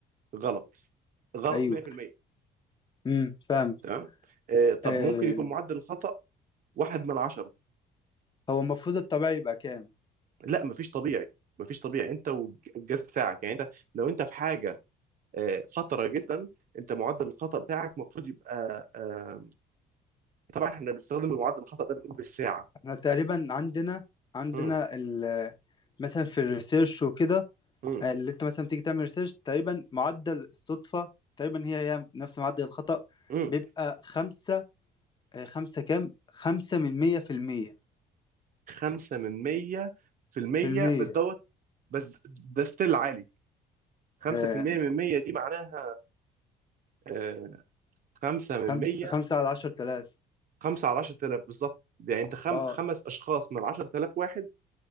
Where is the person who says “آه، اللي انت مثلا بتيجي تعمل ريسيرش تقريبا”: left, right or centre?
Left